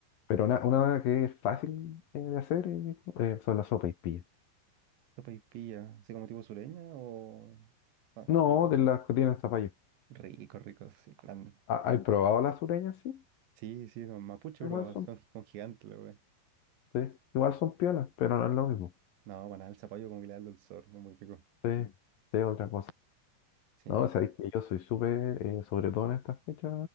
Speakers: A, on the left; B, on the right.
A: Pero una, una que es fácil eh, de hacer eh, eh, son las sopas y pillas.
B: Sopa y pilla, así como tipo sureña o. Ah,
A: No,
B: como.
A: de las que tienen zapallo.
B: Rico, rico, sí, grande.
A: Ah, ¿Has probado las sureñas? Sí,
B: Sí, sí, no, mapuche,
A: igual
B: bro,
A: son.
B: <laughs> son gi- como gigantes, la wey.
A: Sí, igual son piolas, pero no es lo mismo.
B: No, banal, al zapallo como que le da el dulzor, es muy rico.
A: Sí, sí, es otra cosa.
B: Sí.
A: No, sabéis que yo soy súper, eh, sobre todo en estas fechas,